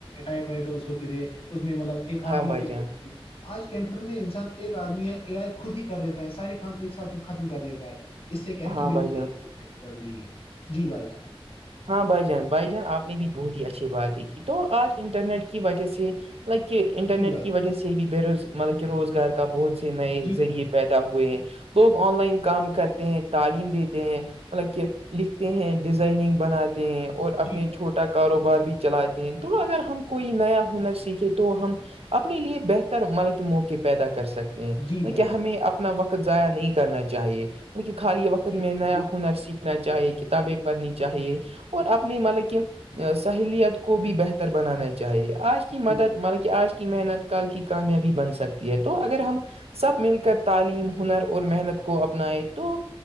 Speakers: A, on the left; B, on the right.
A: ٹائپ رائٹرس ہوتے تھے اس میں مطلب ایک
B: ہاں
A: آدمی
B: بھائی
A: کیورت
B: جان
A: آج کمپیوٹر میں انسان ایک آدمی اے آئی خود ہی کر رہتا ہے سارے کام ایک ساتھ میں ختم کر دیتا ہے اس سے کیا ہے
B: ہاں
A: کہ بے
B: بھائی
A: روزگاری
B: جان
A: ب ز بڑھ گئی ہے جی بھائی جان
B: ہاں بھائی جان بھائی جان آپ نے بھی بہت ہی اچھی باتیں کی تو آج انٹرنیٹ کی وجہ سے لائک کہ انٹرنیٹ
A: جی بھائی
B: کی وجہ سے بھی بے روز مطلب کہ روزگار کا بہت سے نئے
A: جی
B: ذریعے
A: بھائی
B: پیدا ہوئے ہیں لوگ آن لائن کام کرتے ہیں تعلیم دیتے ہیں مطلب کہ لکھتے ہیں ڈیزائننگ بناتے ہیں اور اپنے
A: جی بھائی
B: چھوٹا کاروبار بھی چلاتے ہیں تو اگر ہم کوئی نیا ہنر سیکھے تو ہم اپنے لیے بہتر مطب کہ موقع پیدا کر سکتے
A: جی بھائی
B: کیا
A: جان
B: ہمیں اپنا وقت ضائع نہیں کرنا چاہیے خالی وقت
A: جی
B: میں
A: بھائی
B: نیا
A: جان بالکل
B: ہنر سیکھنا چاہے کتابیں پرنی چاہیے اور اپنی مطلب کہ سہیلیت کو بھی بہتر بنانا چاہیے آج کی مدد
A: جی بھائی
B: مطلب کہ آج کی محنت کال کی کامیابی بن سکتی ہے تو اگر ہم سب مل کر تعلیم ہنر اور محنت کو اپنائے تو